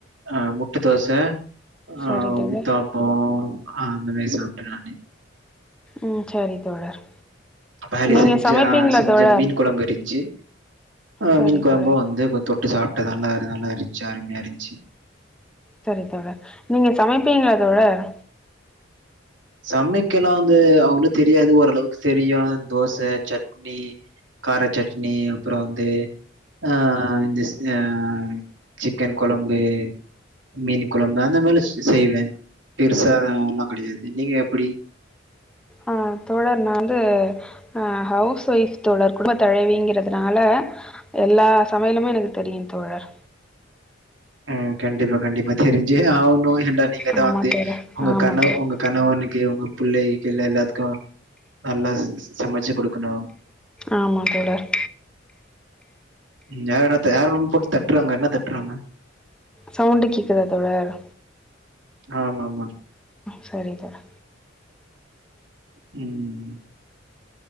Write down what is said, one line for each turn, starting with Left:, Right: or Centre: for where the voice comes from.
Right: அ முட்ட தோச
Centre: சரி
Right: ஆ
Centre: தோழர்
Right: ஊத்தாப்ப ஆ அந்த மாதிரி சாப்பிட்ட நானே
Centre: உம் சரி தோழர்
Right: பலி
Centre: நீங்க
Right: செஞ்ச
Centre: சமைப்பீங்களா
Right: செஞ்ச
Centre: தோழர்
Right: மீன் குழம்பு இருஞச்சு ஆஹ்
Centre: சரி
Right: மீன் குழம்பு
Centre: தோழர்
Right: வந்து கொஞ்ச தொட்டு சாப்பிட்ட நல்லா நல்லா இருந்துச்சு அருமையா இருந்துச்சு
Centre: சரி தோழர் நீங்க சமைப்பீங்களா தோழர்
Right: சமைக்கல்லா வந்து அவ்ளவு தெரியாது ஓரளவுக்கு தெரியு தோச சட்னி கார சட்னி அப்புறம் வந்து ஆ இந்த ஆ சிக்கன் கொழம்பு மீன குழம்பு அந்த மாதல செய்வேன் பெருசா எல்லா கிடையாது நீங்க எப்படி
Centre: ஆ தோழர் நா வந்து அ ஹவுஸ் வைஃப் தோழர் குடும்ப தழவிங்கிறதுனால எல்லா சமையலுமே எனக்கு தெரியு தோழர்
Right: உம் கண்டிப்பா கண்டிப்பா தெரிஞ்ஜே அவனு நீங்க தா
Centre: ஆமா
Right: வந்து
Centre: தோழர்
Right: உங்க
Centre: ஆமா
Right: கணவ
Centre: தோழர்
Right: உங்க கணவனுக்கு உங்க பிள்ளை கீல்ல எல்லாத்துக்கு நல்லா சமைச்சு கொடுக்கணு
Centre: ஆமா தோழர்
Right: ய யார போட்டு தட்டுறாங்க என்ன தட்டுறாங்க
Centre: சவுண்டு கேக்குத தோழர்
Right: ஆமா மா
Centre: செரி தோழர்
Right: உம்